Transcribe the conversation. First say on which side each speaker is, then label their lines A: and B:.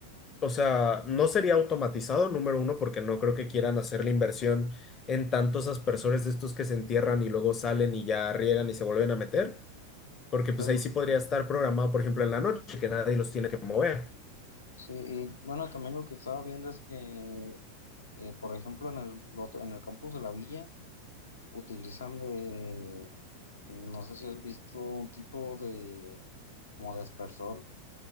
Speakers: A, on the left (about 25°); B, on the left (about 70°).
A: O sea, no sería automatizado, número uno, porque no creo que quieran hacer la inversión en tantos aspersores de estos que se entierran y luego salen y ya riegan y se vuelven a meter, porque pues
B: Entonces,
A: ahí sí podría estar programado, por ejemplo, en la noche, que nadie los tiene que mover.
B: sí, y bueno, también lo que estaba viendo es que, eh, por ejemplo, en el, otro- en el campus de la villa utilizan de, no sé si has visto un tipo de, como de aspersor,